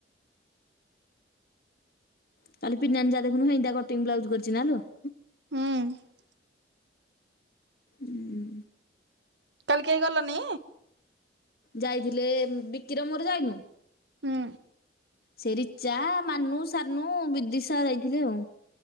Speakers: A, on the left; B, on the right.
A: <unintelligible>
B: ହୁଁ।
A: ହୁଁ।
B: କାଲି କେହି ଗଲନି?
A: ଯାଇଥିଲେ? ବିକିର ମୋର ଯାଇନୁ।
B: ହୁଁ।
A: ସେ ରୀଚା, ମାନୁ, ସାନୁ, ବିଦିଶା ଯାଇଥିଲେ ଆଉ।